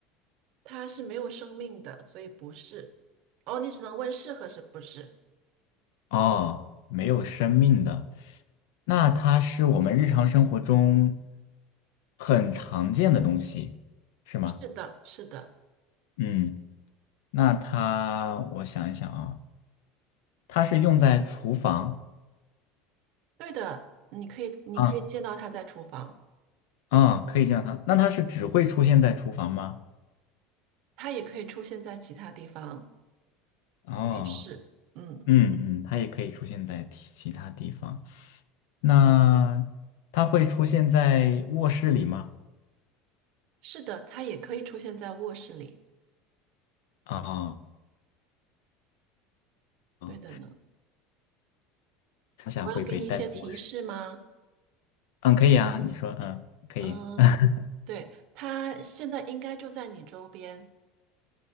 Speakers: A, on the right (about 60°); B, on the left (about 80°).
A: 它是没有生命的，所以不是。哦，你只能问是和是不是？
B: 哦，没有生命的，那它是我们日常生活中很常见的东西，是吗？
A: 是的，是的，
B: 嗯，那它我想一想啊，它是用在厨房。
A: 对的。你可以，你可以见到它在厨房，
B: 啊啊，可以见到它。那它是只会出现在厨房吗？
A: 它也可以出现在其他地方。
B: 哦，
A: 所以是，嗯，
B: 嗯嗯，它也可以出现在其其他地方。那它会出现在卧室里吗？
A: 是的，它也可以出现在卧室里。
B: 啊啊，
A: 对的呢，
B: 它想会被带到卧室。
A: 我要给你一些提示吗？
B: 嗯，可以啊，你说，嗯，可以。
A: 嗯，
B: <laughs>
A: 对，它现在应该就在你周边。